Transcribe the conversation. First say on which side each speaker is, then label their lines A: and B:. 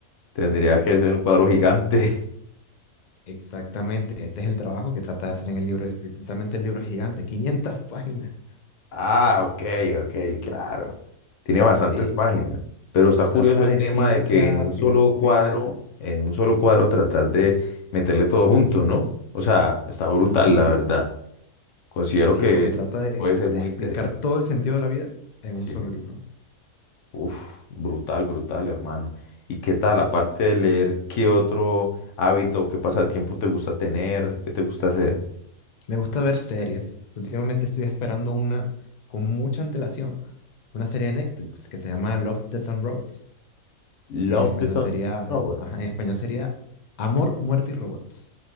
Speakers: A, on the left (about 65°); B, on the left (about 45°).
A: tendría que ser un cuadro gigante. <laughs>
B: exactamente. Ese es el trabajo que trata de hacer en el libro. Es precisamente el libro es gigante, 500 <laughs> páginas.
A: Ah, ok, ok, claro. Tiene bastantes
B: Sí,
A: páginas, pero está curioso
B: trata
A: el
B: de
A: tema
B: ciencia,
A: de que en un
B: filosofía.
A: solo cuadro, en un solo cuadro tratar de meterle todo junto, ¿no? O sea, está brutal,
B: Ujú.
A: la verdad. Considero
B: Sí,
A: que
B: porque él trata de,
A: puede ser
B: de
A: muy
B: explicar
A: interesante.
B: todo el sentido de la vida en un
A: Sí.
B: solo libro.
A: Uf, brutal, brutal, hermano. ¿Y qué tal, aparte de leer, qué otro hábito, qué pasatiempo te gusta tener, qué te gusta hacer?
B: Me gusta ver series. Últimamente estoy esperando una con mucha antelación, una serie de Netflix que se llama Love, Death and Robots,
A: Love
B: que en español
A: the Sun,
B: sería,
A: Robots.
B: ajá, en español sería Amor, Muerte y Robots.